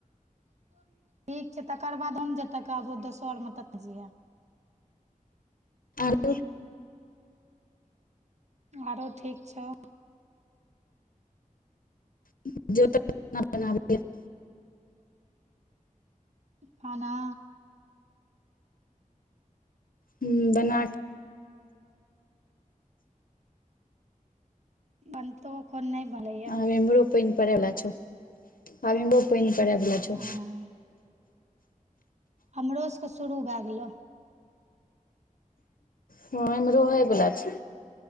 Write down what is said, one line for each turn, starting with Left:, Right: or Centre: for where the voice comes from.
Right: <unintelligible> ठीक छै तकर बाद हम जतऽ कहबू दोसर आरमे ततऽ जाए
Left: आरो
Right: आरो ठीक छौ
Left: <unintelligible>
Right: खाना
Left: ह बना
Right: बनतौ कोन नहि बना
Left: अब अमहरो पाइन पड़य वाला छो अब अमहरो पाइन पड़य वाला छो
Right: हँ हमरो सबके शुरू भए गेलौ
Left: हँ एहिमेरहोै होइ बोला छी